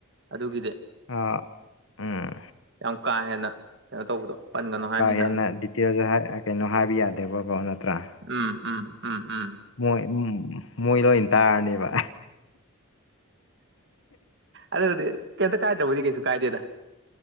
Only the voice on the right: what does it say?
ꯑꯗꯨꯒꯤꯗꯤ
ꯌꯥꯝ ꯀꯥ ꯍꯦꯟꯅ ꯀꯩꯅꯣ ꯇꯧꯕꯗꯣ ꯄꯟꯒꯅꯣ ꯍꯥꯏꯕꯅꯤꯅ
ꯍꯥꯟꯅ
ꯎꯝ ꯎꯝ ꯎꯝ ꯎꯝ
ꯑꯗꯨꯕꯨꯗꯤ ꯀꯩꯝꯇ ꯀꯥꯏꯗ꯭ꯔꯕꯨꯗꯤ ꯀꯩꯁꯨ ꯀꯥꯏꯗꯦꯗ